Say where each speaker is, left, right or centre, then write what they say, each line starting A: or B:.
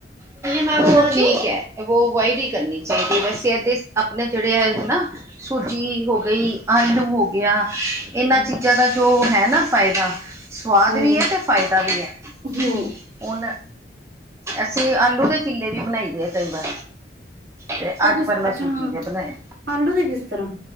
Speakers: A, on the right (about 15°); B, on the right (about 60°).
A: ਮੈ ਠੀਕ ਹੈ, ਅਵਾਇਡ ਹੀ ਕਰਨੀ ਚਾਹੀਦੀ ਹੈ, ਵੈਸੇ ਇਹਦੇ ਆਪਣੇ ਜਿਹੜੇ ਹੈ। ਨਾ ਸੂਜੀ ਹੋ ਗਈ, ਆਲੂ ਹੋ ਗਿਆ ਇਹਨਾਂ
B: ਹੂੰ
A: ਚੀਜ਼ਾਂ ਦਾ ਜੋ ਹੈ, ਨਾ ਫਾਇਦਾ। ਸਵਾਦ
B: ਹੂੰ
A: ਵੀ ਹੈ, ਅਤੇ ਫਾਇਦਾ ਵੀ ਹੈ
B: ਹੂੰ
A: ਹੁਣ ਅਸੀਂ ਆਲੂ ਦੇ ਚਿਲੇ ਵੀ ਬਣਾਈ ਦੇ ਆ ਕਈ ਵਾਰ, ਤੇ
B: ਉਹ
A: ਅੱਜ
B: ਕਿਸ
A: ਪਰ ਮੈਂ
B: ਅੱਛਾ
A: ਸੂਜੀ
B: ਹਾਂ
A: ਤੇ ਬਣਾਏ।
B: ਆਲੂ ਤੇ ਕਿਸ ਤਰ੍ਹਾਂ?